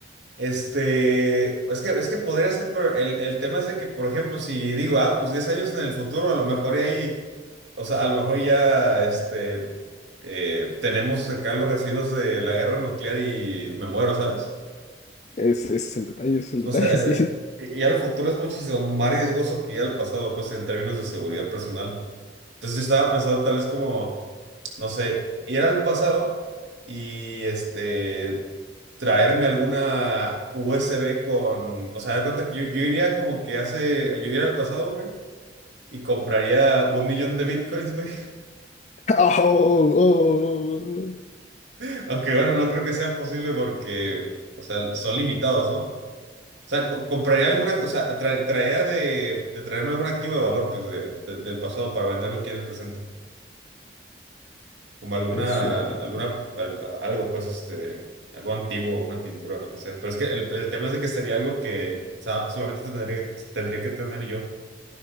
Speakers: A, on the right (about 85°); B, on the left (about 40°).
A: este, es que, es que podría ser, pero el, el tema es de que, por ejemplo, si digo, ah, pues 10 años en el futuro, a lo mejor y ahí, o sea, a lo mejor ya, este, eh, tenemos acá los residuos de la guerra nuclear y me muero, ¿sabes?
B: Es- Ese es el detalle, ese es el
A: O
B: detalle,
A: sea, eh,
B: <laughs> sí.
A: eh, ir al futuro es muchísimo más riesgoso que ir al pasado, pues en términos de seguridad personal. Entonces yo estaba pensando tal vez como, no sé, ir al pasado y este, traerme alguna USB con, o sea, da cuenta que yo, yo iría como que hace, yo iría al pasado, güey, y compraría un millón de bitcoins, güey.
B: Oh, oh, oh. oh.
A: <laughs> Aunque bueno, no creo que sea posible porque, o sea, son limitados, ¿no? O sea, co- compraría alguna, o sea, tra- traía de, de traerme algún activo de valor, pues, de- de- del pasado para venderlo aquí en el presente. Como alguna,
B: Eso,
A: alguna, al- algo, pues, este, algo antiguo, una pintura, lo que sea. Pero es que el, el tema es de que sería algo que, o sea, solamente tendría, tendría que tener yo